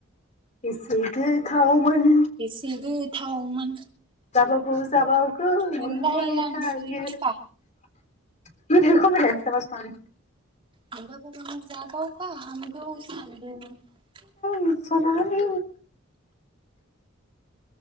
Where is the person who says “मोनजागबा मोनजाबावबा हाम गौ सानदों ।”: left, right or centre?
Right